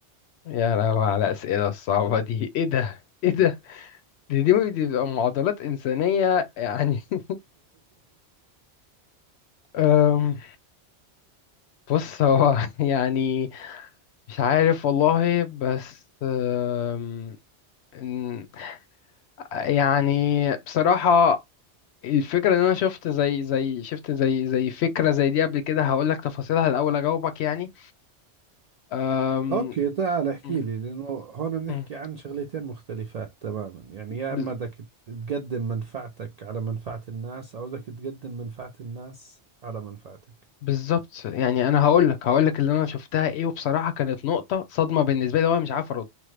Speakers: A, on the left; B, on the right.
A: يا لهوي على الأسئلة الصعبة دي إيه ده إيه ده دي دي, دي بتبقى معضلات إنسانية يعني <laughs> أم، بص هو <laughs> يعني مش عارف والله بس أم، إن- يعني بصراحة الفكرة ان انا شفت زي زي شفت زي زي فكرة زي دي قبل كده هقول لك تفاصيلها الاول اجاوبك يعني أم...
B: اوكي تعال احكي
A: م-
B: لي لانه هون بنحكي
A: م-
B: عن شغلتين مختلفات تماما يعني يا
A: بز-
B: اما بدك تقدم منفعتك على منفعة الناس او بدك تقدم منفعة الناس على منفعتك
A: بالظبط يعني انا هقول لك هقول لك اللي انا شفتها ايه وبصراحه كانت نقطه صدمه بالنسبه لي وانا مش عارف ارد